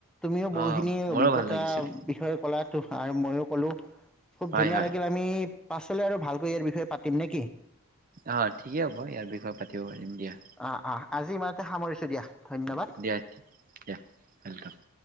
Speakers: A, in the centre; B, on the right.
A: তুমিও বহুখিনি
B: অ মোৰো
A: অভিজ্ঞতাৰ
B: ভাল লাগিছিলে
A: বিষয়ে কলা আৰু মইও কলো। খুব
B: হয়
A: ধুনীয়া
B: হয়
A: লাগিল। আমি পাছলৈ আৰু ভালকৈ এই বিষয়ে পাতিম নে কি
B: অ, ঠিকেই হ'ব, ইয়াৰ বিষয়ে পাতিব পাৰিম দিয়া।
A: অ- অ, আজি ইমানতে সামৰিছোঁ দিয়া, ধন্যবাদ।
B: দিয়- দিয়া, ৱেলকাম।